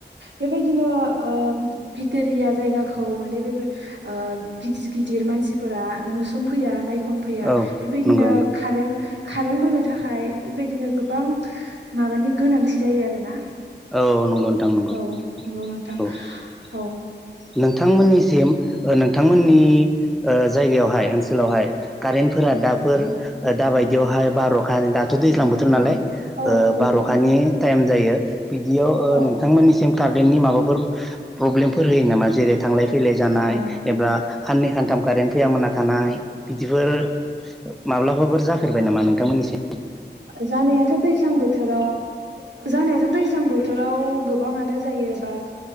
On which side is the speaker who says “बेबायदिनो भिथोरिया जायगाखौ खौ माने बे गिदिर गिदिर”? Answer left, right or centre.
Right